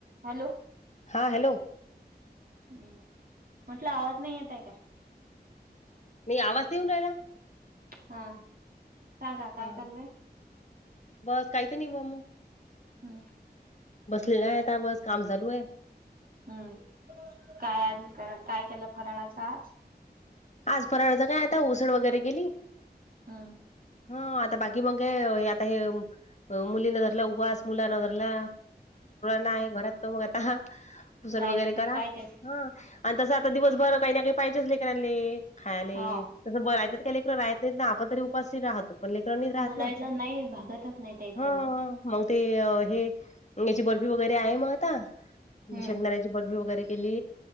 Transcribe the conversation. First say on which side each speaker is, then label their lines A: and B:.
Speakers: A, on the right; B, on the left.
A: Hello,
B: हा hello
A: हम्म. म्हटलं आवाज नाही येतय काय?
B: नई आवाज तर येऊन राहिला.
A: हा, सांगा काय
B: हा
A: चालू अय?
B: बस काही नई बुवा म.
A: हम.
B: बसलेला आहेता बस काम चालू ये.
A: हम्म काय आज करा काय केलं फराळाच आज?
B: आज फराळाचं काय आता उसळ वगैरे केली.
A: हम्
B: हा आता बाकी मग ये आता हे मुलीन धरला उपवास, मुलान धरला नाय घरात क बगु आता, उसळ
A: काही
B: वगैरे
A: ना काही
B: करा.
A: पाहिजेच
B: हं. आन तसं आता दिवसभर काही ना काही पाहिजेच लेकरानले, खायले.
A: हा
B: <unintelligible> आपण तरी उपाशी राहतो. पण लेकरं नई राहत
A: बोलायचं
B: न
A: नाही भागतच नाही त्याचं
B: हं. मग ते हे याची बर्फी वगैरे आहे म आता
A: हम्म
B: शेंगदाण्याची. बर्फी वगैरे केली,